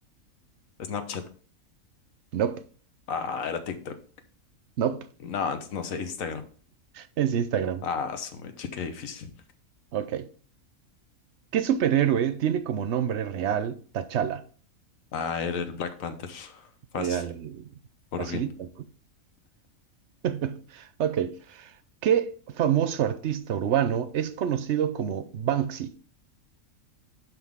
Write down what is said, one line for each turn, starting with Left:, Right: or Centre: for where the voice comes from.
Left: Snapchat.
Right: Nope,
Left: Ah, era TikTok.
Right: nope.
Left: No, antes no sé, Instagram.
Right: Es Instagram.
Left: Ah, su mecha, qué difícil.
Right: Ok. ¿Qué superhéroe tiene como nombre real T'Challa?
Left: Ah, era el Black Panther. Fácil,
Right: Real.
Left: por
Right: Facilita.
Left: fin.
Right: ¿no? <laughs> Ok. ¿Qué famoso artista urbano es conocido como Banksy?